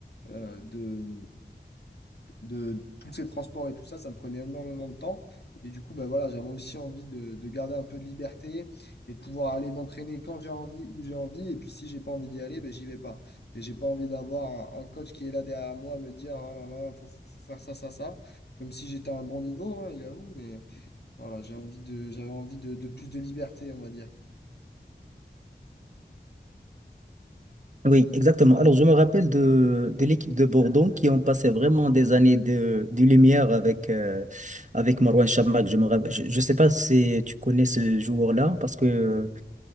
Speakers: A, on the left; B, on the right.
A: euh, de, de tous ces transports et tout ça, ça me prenait énormément de temps. Et du coup, ben, voilà, j'avais aussi envie de, de garder un peu de liberté et de pouvoir aller m'entraîner quand j'ai envie, où j'ai envie. Et puis si j'ai pas envie d'y aller, ben, j'y vais pas. Et j'ai pas envie d'avoir un, un coach qui est là derrière moi à me dire, ah là là, faut, faut faire ça, ça, ça. Même si j'étais à un bon niveau, hein, il avoue, mais voilà, j'ai envie de, j'avais envie de, de plus de liberté, on va dire.
B: Oui, exactement. Alors, je me rappelle de, de l'équipe de Bordeaux qui ont passé vraiment des années de, de lumière avec, euh, avec Marouane Chamakh. Je me rappelle, je, je sais pas si tu connais ce joueur-là parce que euh,